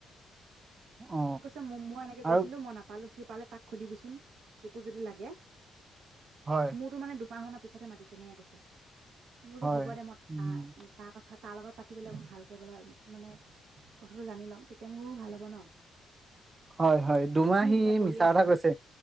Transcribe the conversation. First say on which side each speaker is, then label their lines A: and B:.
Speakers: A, on the right (about 30°); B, on the right (about 75°).
A: অ
B: গৈছে মই এনেকে গৈছিলো
A: আৰু
B: মই নাপালো সি পালে তাক সুধিবিচোন তোকো যদি লাগে।
A: হয়
B: মোৰতো মানে দু মাহ মানৰ পিছতহে মাতিছে এনেকে কৈছে। মোৰো
A: হয়
B: হ'ব দে মই
A: উম
B: তাৰ তাৰ কথাত তাৰ লগত পাতিবলে মোক ভালকে বোলে মানে কথাটো জানি লম তেতিয়া মোৰো ভাল হ'ব ন?
A: হয় হয় দুমাহ
B: তুমি
A: সি
B: যেতিয়া কৰি
A: মিছা
B: আছা
A: কথা কৈছে।